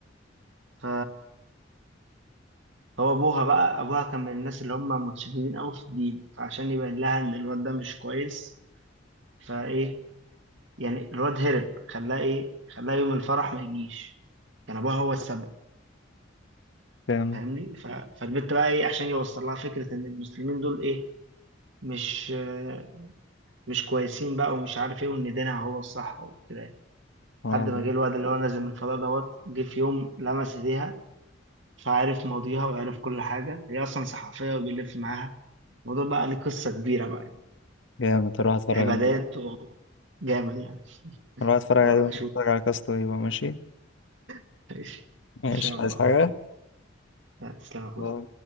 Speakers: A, on the right; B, on the left.
A: ف هو ابوها بقى ابوها كان من الناس اللي هم متشددين قوي في الدين فعشان يبين لها ان الواد ده مش كويس فايه يعني الواد هرب خلاه ايه خلاه يوم الفرح ما يجيش كان ابوها هو السبب
B: جامد
A: فاهمني ف... فالبنت بقى ايه عشان يوصل لها فكره ان المسلمين دول ايه مش آه، مش كويسين بقى ومش عارف ايه وان دينها هو الصح وكده يعني
B: خلاص
A: لحد ما جه الواد اللي هو نازل من الفضاء دوت جه في يوم لمس ايديها فعرف ماضيها وعرف كل حاجه هي اصلا صحفيه وبيلف معاها الموضوع بقى ليه قصه كبيره بقى يعني.
B: جامد هروح اتفرج
A: عبادات
B: عليه
A: وجامد يعني
B: هروح اتفرج
A: أبقى
B: عليه وانت
A: اشوف
B: تتفرج على كاستو يبقى ماشي
A: <laughs> ان
B: ماشي
A: شاء الله
B: عايز حاجة؟
A: لا تسلم يا اخويا
B: باي.